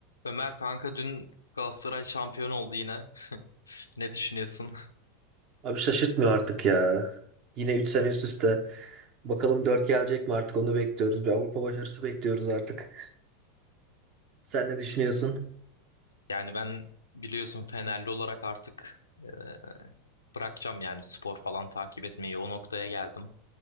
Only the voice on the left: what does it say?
Ömer kanka dün Galatasaray şampiyon oldu yine. <laughs> Ne düşünüyorsun?
Yani ben biliyorsun Fenerli olarak artık e, bırakacağım yani spor falan takip etmeyi. O noktaya geldim.